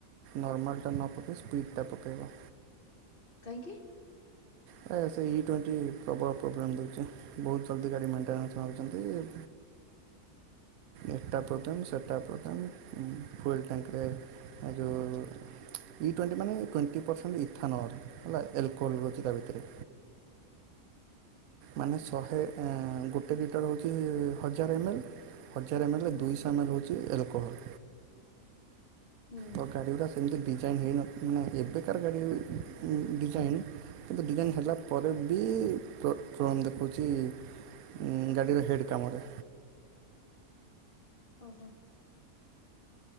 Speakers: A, on the right (about 80°); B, on the left (about 40°).
A: ନର୍ମାଲ୍ଟା ନ ପକାଇ ସ୍ପିଡ଼୍ଟା ପକାଇବ।
B: କାହିଁକି।
A: ତାର ସେଇ ଟ୍ୱେଣ୍ଟି ପ୍ରବଳ ପ୍ରୋବ୍ଲେମ୍ ଦେଉଛି। ବହୁତ ଜଲ୍ଦି ଗାଡ଼ି ମେଣ୍ଟେନାନ୍ସ ମାଗୁଛନ୍ତି। ଏଟା ପ୍ରୋବ୍ଲେମ ସେଟା ପ୍ରୋବ୍ଲେମ ଫୁଲ ଟାଙ୍କିରେ। ଆଯୋଉ। ଟ୍ୱଣ୍ଟି ମାନେ ଟ୍ୱେଣ୍ଟି ପରସେଣ୍ଟ ଇଥା ନହଲେ ହେଲା ଆଲକୋହଲ୍ ରହୁଛି ତା ଭିତରେ। ମାନେ ଶହେ ଗୋଟେ ଲିଟର ହେଉଛି ହଜାର ଏମ୍ଏଲ୍। ହଜାର ଏମ୍ଏଲ୍ ରେ
B: ହୁଁ
A: ଦୁଇଶହ ଏମ୍ଏଲ୍ ହଉଛି ଆଲ୍ କୋହୋଲ।
B: ହୁଁ
A: ତ ଗାଡ଼ି ଗୁଡ଼ା ସେମିତି ଡିଜାଇନ୍ ହେଇନଥି ନା ଏବେକାର ଗାଡ଼ି ଡିଜାଇନ୍ କିନ୍ତୁ ଡିଜାଇନ୍ ହେଲା ପରେ ବି ପ କଣ ଦେଖୁଛି ଉଁ ଗାଡିର ହେଡ କାମରେ।
B: ଓହୋ।